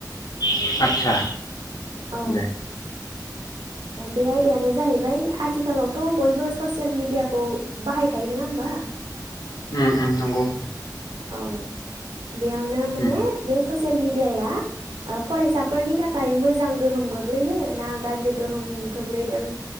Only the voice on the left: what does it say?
<unintelligible> आदसा
दे
उम उम नंगौ।
उम